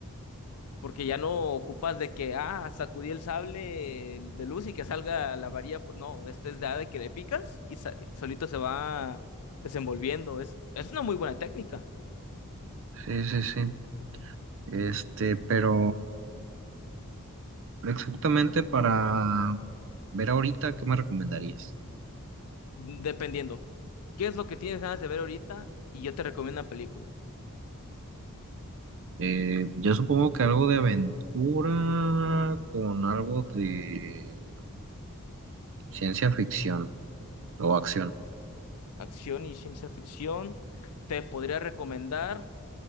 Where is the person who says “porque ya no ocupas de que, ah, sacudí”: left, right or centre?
Left